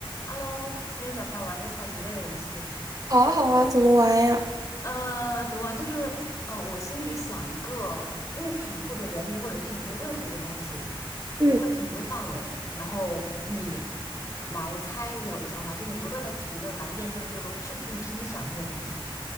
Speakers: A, on the left (about 35°); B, on the right (about 40°).
A: Hello，今天想不想玩一个猜谜类的游戏？
B: 好啊，好啊，怎么玩呀？
A: 呃，怎么玩？就是，呃，我心里想一个物品或者人名或者地名，就任何一个东西，
B: 嗯，
A: 我会给你一个范围，然后你来猜我的想法，就是你不断的提问来验证这个东西是不是你心里想的那个东西。